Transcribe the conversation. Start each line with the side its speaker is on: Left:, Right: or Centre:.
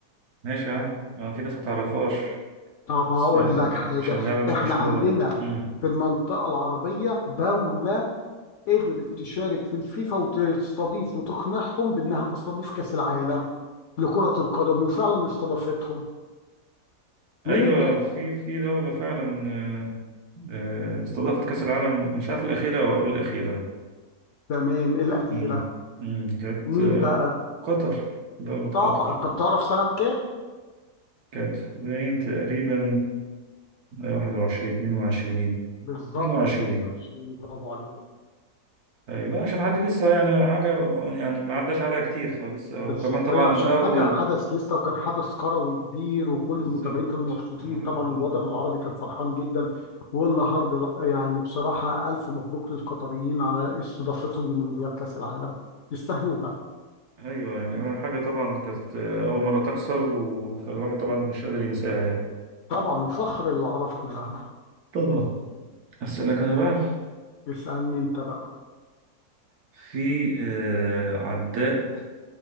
Right: ماشي يا عم ما في ناس ما تعرفهاش
Left: طب هقول
Right: بس
Left: لك حاجة
Right: عشان لعبة مش
Left: احنا
Right: مشهورة
Left: عندنا
Right: مم.
Left: في المنطقة العربية دولة قدرت تشارك في الفيفا وتستضيف وتقنعهم بأنها تستضيف كأس العالم لكرة القدم وفعلا استضافتهم مين
Right: أيوة
Left: الدولة؟
Right: في في دولة فعلا آه، آه، استضافت كأس العالم مش عارف الأخيرة أو قبل الأخيرة
Left: تمام الأخيرة
Right: مم. مم. كانت
Left: مين
Right: آه،
Left: بقى؟
Right: قطر دولة قطر
Left: طبعا طب تعرف سنة كام؟
Right: كانت باين تقريبا واحد وعشرين اتنين وعشرين
Left: بالظبط
Right: اتنين وعشرين
Left: 22 برافو عليك
Right: أيوة لا عشان حد لسه يعني حاجة يعني ما عداش عليها كتير فلسه
Left: بالظبط
Right: وكمان طبعا
Left: هي عشان
Right: الأول
Left: حاجة حدث لسه وكان حدث كروي كبير وكل
Right: بالظبط
Left: المتابعين كانوا مبسوطين
Right: مم.
Left: طبعا والوطن العربي كان فرحان جدا والنهارده لأ، يعني بصراحة ألف مبروك للقطريين على استضافتهم لمونديال كأس العالم يستاهلوها
Right: أيوة يعني حاجة طبعا كانت أول مرة تحصل و- فالواحد طبعا مش قادر ينساها يعني
Left: طبعا وفخر للعرب كلها
Right: طبعا أسألك أنا بقى
Left: اسألني أنت بقى
Right: في آه، عداء